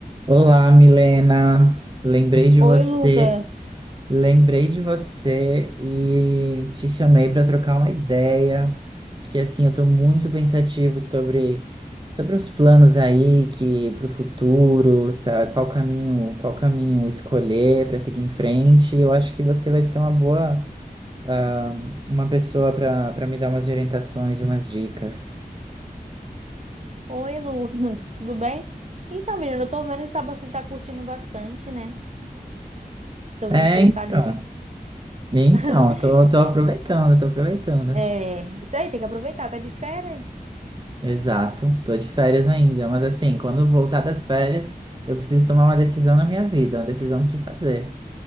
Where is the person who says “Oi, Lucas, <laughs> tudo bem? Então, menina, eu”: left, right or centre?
Right